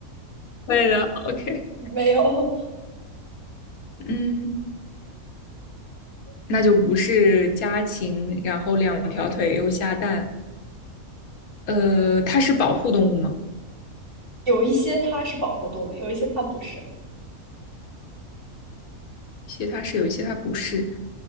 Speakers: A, on the left (about 80°); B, on the right (about 55°).
A: <laughs> 对的，OK，
B: <laughs> 没有，
A: 嗯，那就不是家禽，然后两条腿又下蛋，呃，它是保护动物吗？
B: 有一些它是保护动物，有一些它不是。
A: 些它是有一些它不是，